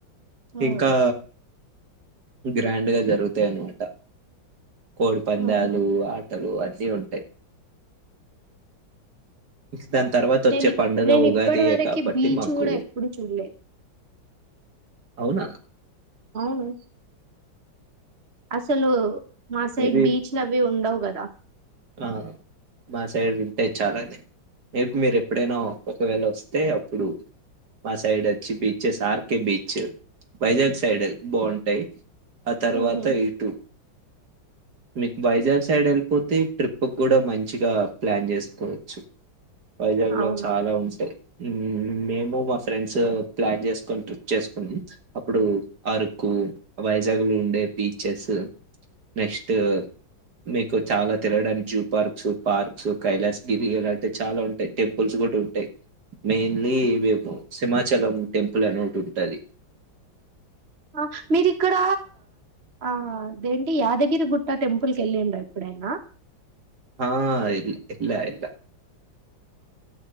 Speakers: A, on the right; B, on the right.
A: ఉమ్.
B: ఇంకా గ్రాండ్గా జరుగుతాయన్నమాట కోడి పందాలు
A: ఉహు
B: ఆటలు అ న్ని ఉంటాయి దాని తర్వాత
A: నేను
B: వచ్చే పండుగ
A: నేను
B: ఉగాదియే
A: ఇప్పటి వరకు
B: కాబట్టి
A: బీచ్
B: మాకు
A: కూడా ఎప్పుడు చూడలేద్
B: అవునా
A: అవును అసలు మాసైడ్
B: మేబి
A: బీచ్ లవి ఉండవు గద్ తా
B: ఆ మా సైడ్ వింటాయి చాలానేే రేపు మీరు ఎప్పుడైనా ఒకవేళ వస్తే అప్పుడు మా సైడ్ ఓచ్చి beaches RK beach Vizag side బాంటాయి ఆ తర్వాత
A: ఉహు.
B: ఇటు మీకు వైజాగ్ సైడ్ వెళ్ళిపోతే ట్రిప్ కి కూడా మంచిగా ప్లాన్ చేసుకోవచ్చు వైజాగ్
A: అవునా
B: లో చాలా ఉంచాయి మేము మా ఫ్రెండ్స్ ప్లాన్ చేసుకొని ట్రిప్ చేసుకున్నాం అప్పుడు అరుకు వైజాగ్ లో ఉండే బీచెస్ నెక్స్ట్ మీకు చాలా తిరడానికి జూ పార్క్స్ పార్క్స్ కైలాస్గిరి అలాంటివి చాలా ఉంటాయి టెంపుల్స్ కూడా ఉంటాయి మెయిన్లీ మేము సింమాచలం టెంపుల్ అనే ఒకటి ఉంటుంది
A: ఆ మీరిక్కడ ఆదేంటి యాదగిరి గుట్ట టెంపుల్ కి ఎల్లుండా ఎప్పుడైనా
B: ఆ వెళ్ళా వెళ్ళ